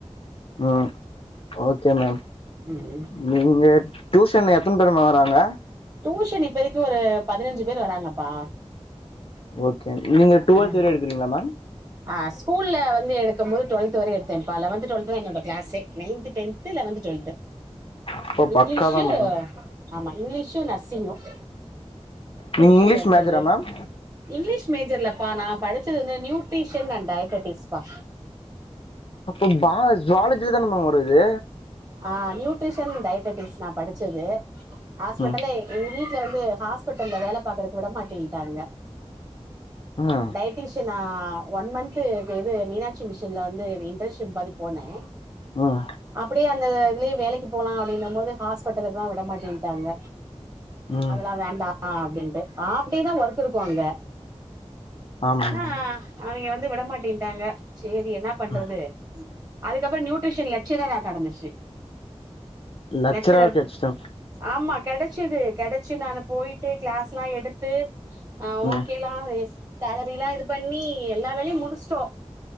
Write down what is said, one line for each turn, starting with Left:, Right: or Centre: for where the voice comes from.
Left: உம் ஓகே மேம்
Right: உம்
Left: நீங்க டியூஷன் எத்தன பேருமா வறாங்க
Right: டியூஷன் இப்பதைக்கும் ஒரு பதினஞ்சு பேரு வராங்கப்பா
Left: ஓகே நீங்க
Right: ஆ
Left: டுவெல்த் வரை எடுக்குறீங்களா மேம்
Right: ஆ ஸ்கூல்ல வந்து எடுக்கும் போது டுவெல்த் வரையும் எடுத்தேன்ப்பா லவன்த் டுவெல்த் தான் என்னோட கிளாஸே நயன்த் டென் து லெவன்த் டுவெல்த்
Left: அப்ப
Right: இங்கிலிஷு
Left: பக்கா தா மேம்
Right: ஆமா இங்கிலிஷும் நர்சிங்கும் டியூசன்
Left: நீங்க இங்கிலீஷ்
Right: எடுத்தது
Left: மேஜரா மேம்
Right: இங்கிலிஷ் மேஜர் இல்லப்பா நா படிச்சது வந்து நியூட்ரிஷியன் அண்ட் டயபட்டிஸ் பா
Left: அப்போ பா ஜூவாலஜில தான மேம் வரும் இது
Right: ஆ நியூட்ரிஷன் டயபட்டிஸ் நா படிச்சது ஹாஸ்பிட்டலே
Left: ம்
Right: எங்க வீட்டுல வந்து ஹாஸ்பிட்டல்ல வேல பாக்குறக்கு விட மாட்டேன்டாங்க
Left: அ
Right: டயட்டிஷியன் நா ஒன் மந்த்து இது மீனாட்சி மிஷின்ல வந்து இன்டர்ன்ஷிப் மாரி போனே
Left: உம்
Right: அப்டியே அந்த இதுலயே வேலைக்கு போகலாம் அப்டின்னும் போது ஹாஸ்பிட்டலுக்குலாம் விட மாட்டேன்டாங்க
Left: ம்
Right: அதெல்லாம் வேண்டா அப்டின்ட்டு ஆஃப் டேதா ஒர்க் இருக்கும் அங்க
Left: ஆமா
Right: ஆனா
Left: மேம்
Right: அவிங்க வந்து விடமாட்டேட்டாங்க சேரி என்ன பண்றது
Left: ம்
Right: அதுக்கு அப்புறோ நியூட்ரிஷன் லெக்க்ஷரரா நடந்துச்சு
Left: லெக்சராவே
Right: லெக்க்ஷரர்
Left: கெடச்சிட்டே
Right: ஆமா கெடச்சது கெடச்சு நானு போயிட்டு கிளாஸ் எல்லாம் எடுத்து ஆ
Left: ம்
Right: ஓகே எல்லாம் சேலரி எல்லா இது பண்ணி எல்லா வேலையும் முடிச்சிட்டோம்